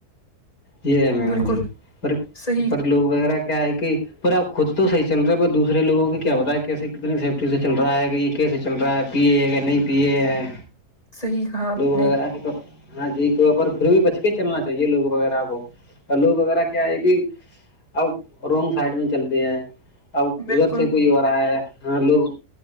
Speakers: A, on the left (about 85°); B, on the left (about 25°).
A: یہی ہے میڈم
B: بالکل
A: جی پر
B: صحیح
A: پر لوگ وغیرہ کیا ہے کہ پر اب خود تو صح چل رہا ہے پر دوسرےوگوں کی کیا بتا کیسے کتنی سیفٹی سے چل رہا ہے گا یہ کیے چل رہا ہے پیے ہے کہ نہیں پیے ہیں
B: صحیح کہا آپ
A: لوگ
B: نے
A: ہاں جی تو پر پھر بھی بچ کے چلنا چاہیے لوگ وغیرہ کو اور لوگ وغیرہ کیا ہے کہ اب رونگ سائڈ میں چلتے ہیں اب
B: بالکل
A: ادھر سے کوئی ہو رہا ہے ہاں لوگ